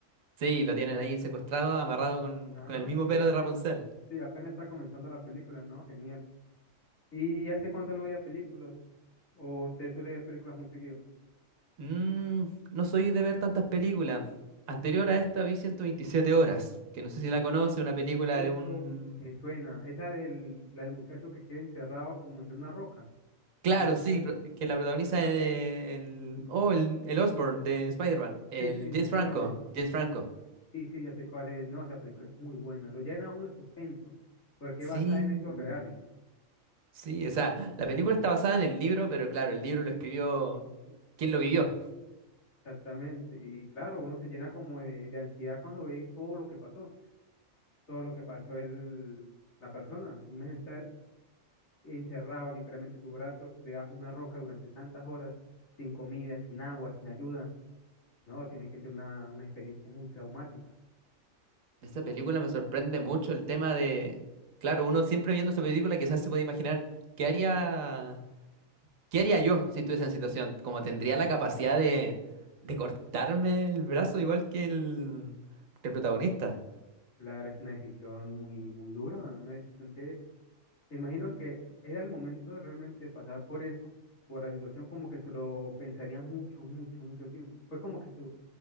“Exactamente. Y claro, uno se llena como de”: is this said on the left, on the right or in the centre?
Left